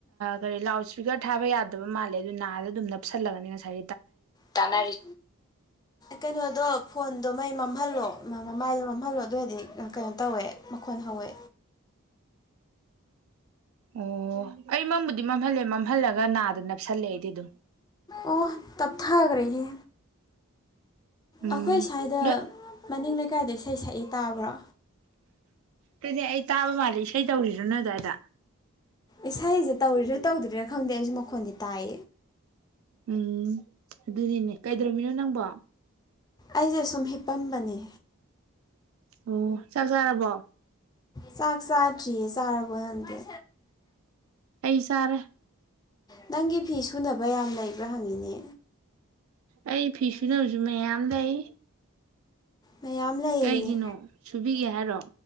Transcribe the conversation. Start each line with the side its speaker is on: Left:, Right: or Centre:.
Right: ꯀꯔꯤ ꯂꯥꯎꯠ ꯏꯁꯄꯤꯀꯔ ꯊꯥꯕ ꯌꯥꯗꯕ ꯃꯥꯜꯂꯦ ꯑꯗꯨ ꯅꯥꯗ ꯑꯗꯨꯝ ꯅꯞꯁꯜꯂꯒꯅꯤ ꯉꯁꯥꯏ
Left: ꯇꯅꯥꯔꯤ ꯀꯩꯅꯣꯗꯣ ꯐꯣꯟꯗꯣ ꯃꯩ ꯃꯝꯍꯜꯂꯣ ꯃꯥꯏꯗꯣ ꯃꯝꯍꯜꯂꯣ ꯑꯗꯨ ꯑꯣꯏꯔꯗꯤ ꯀꯩꯅꯣ ꯇꯧꯋꯦ ꯃꯈꯣꯟ ꯍꯧꯋꯦ
Right: ꯑꯣ ꯑꯩ ꯃꯝꯕꯨꯗꯤ ꯃꯝꯍꯜꯂꯦ ꯃꯝꯍꯜꯂꯒ ꯅꯥꯗ ꯅꯞꯁꯜꯂꯦ ꯑꯩꯗꯤ ꯑꯗꯨꯝ
Left: ꯑꯣ ꯇꯞꯊꯈ꯭ꯔꯦꯍ
Right: ꯎꯝ
Left: ꯑꯩꯈꯣꯏ ꯁ꯭ꯋꯥꯏꯗ
Right: ꯅꯣꯏ
Left: ꯃꯅꯤꯡ ꯂꯩ ꯀꯥꯏꯗ ꯏꯁꯩ ꯁꯛꯏ ꯇꯥꯕ꯭ꯔꯣ
Right: ꯀꯅꯤ ꯑꯩ ꯇꯥꯕ ꯃꯥꯂꯁ ꯇꯧꯁꯤꯔꯣ ꯅꯣ ꯑꯗꯨꯗ
Left: ꯏꯁꯩꯁꯦ ꯇꯧꯔꯤꯔꯥ ꯇꯧꯗꯣꯏꯔꯥ ꯈꯪꯗꯦ ꯑꯩꯁꯨ ꯑꯩꯈꯣꯟꯗꯤ ꯇꯥꯏ
Right: ꯎꯝ ꯑꯗꯨꯅꯤꯅꯦ ꯀꯩꯗꯧꯔꯝꯃꯤꯅꯣ ꯅꯪꯕꯣ
Left: ꯑꯩꯁꯨꯝ ꯍꯦꯛ ꯑꯄꯥꯝꯕꯅꯤ
Right: ꯑꯣ ꯆꯔ ꯆꯔꯔꯕꯣ
Left: ꯁꯥꯥꯛ ꯁꯥꯥꯔꯆꯌꯦ ꯆꯔꯥ ꯄꯨꯗ
Right: ꯑꯩ ꯁꯔꯦ
Left: ꯅꯪꯒꯤ ꯐꯤ ꯁꯨꯅꯕ ꯌꯥꯝ ꯂꯩꯕ꯭ꯔꯥ ꯍꯪꯉꯤꯅꯦ
Right: ꯑꯩ ꯐꯤꯁꯨꯅꯁꯨ ꯃꯌꯥꯝ ꯂꯩ
Left: ꯃꯌꯥꯝ ꯂꯩꯌꯦꯌꯦ
Right: ꯀꯩꯒꯤꯅꯣ ꯁꯨꯕꯤꯒꯦ ꯌꯥꯔꯣ